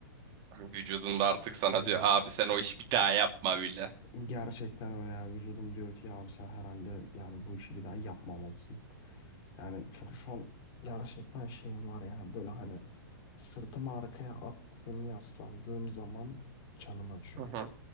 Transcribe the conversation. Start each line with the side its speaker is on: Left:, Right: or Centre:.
Right: Vücudunda artık sana
Left: Hani
Right: diyor abi sen o işi bir daha yapma bile.
Left: gerçekten öyle ya vücudum diyor ki ya abi sen herhalde yani bu işi bir daha yapmamalısın. Yani çünkü şu an gerçekten şeyim var ya böyle hani sırtımı arkaya attığım yaslandığım zaman canım acıyor.
Right: Hı hı.